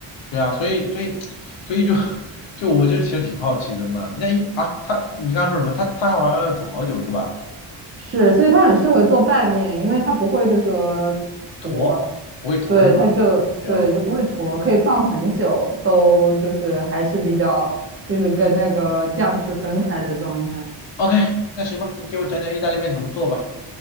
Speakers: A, on the left; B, on the right.
A: 对啊，所以所以所以就 <laughs> 就我就其实挺好奇的嘛。那一啊，他你刚刚说什么？他他好像要煮好久是吧？
B: 是，所以它很适合做拌面，因为它不会就说坨，
A: 坨不会坨是吧？
B: 对，它就对就不会坨，
A: 然后
B: 可以放很久，都就是还是比较就是跟那个酱是分开的状态。
A: OK，那行吧，你给我讲讲意大利面怎么做吧。